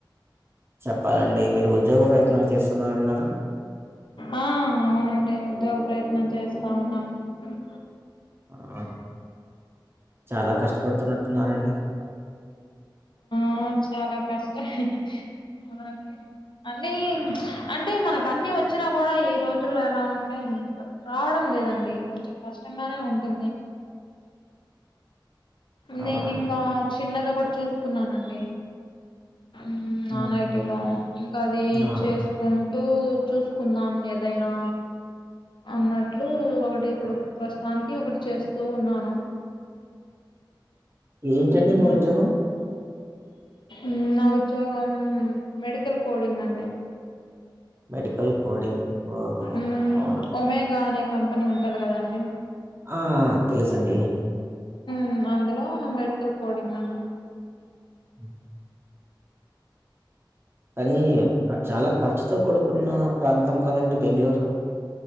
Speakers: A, on the right (about 30°); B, on the left (about 75°).
A: చెప్పాలండి మీరు ఉద్యోగ ప్రయత్నాలు చేస్తున్నా అన్నారు
B: ఆ అవునండి ఉద్యోగ ప్రయత్నం చేస్తా ఉన్నానన్ మ్
A: ఆ చాలా కష్టపడుతున్నట్టున్నారండి.
B: ఆ చాలా కష్ట అవునండి. అండి అంటే మనకి అన్ని వచ్చినా కూడా ఈ రోజుల్లో ఎలా అంటే ఇంకా రావడం లేదండి కొంచెం కష్టంగానే ఉంటుంది. నేనింగా
A: అవునా అండి
B: చిన్నదొకటి చూసుకున్నానండి. మ్ నాన్
A: ఉమ్
B: ఐటిలో ఇంక అదీ
A: ఆ
B: చేస్ ఉంటూ చూసుకుందాం ఏదైనా అన్నట్లు ఒకటి ఇప్పుడు ప్రస్తుతానికి ఒకటి చేస్తూ ఉన్నాను.
A: ఏంటండి
B: ఇంకా
A: మీ ఉద్యోగం
B: మ్ నా ఉద్యోగం మెడికల్ కోడింగ్ అండి
A: మెడికల్ కోడింగ్ ఓహో
B: మ్మ్
A: అవునా!
B: ఒమేగా అనే కంపెనీ ఉంటది కదండి
A: ఆ తెలుసండి.
B: మ్ అందులో మెడుకల్ కోడింగ్ అన్
A: <inaudible> కానీ చాలా ఖర్చుతో కూడు కున్న ప్రాంతం కదండి బెంగళూరు